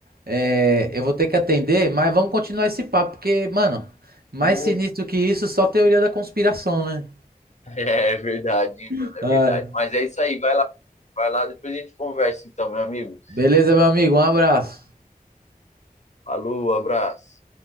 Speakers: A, on the right; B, on the left.
A: É, eu vou ter que atender, mas vamos continuar esse papo, porque, mano, mais
B: Bom,
A: sinistro que isso, só teoria da conspiração, né?
B: É, é verdade, hein,
A: <laughs>
B: mano, é
A: Ai.
B: verdade. Mas é isso aí, vai lá, vai lá, depois a gente conversa então, meu amigo.
A: Beleza, meu amigo? Um abraço.
B: Falou, abraço.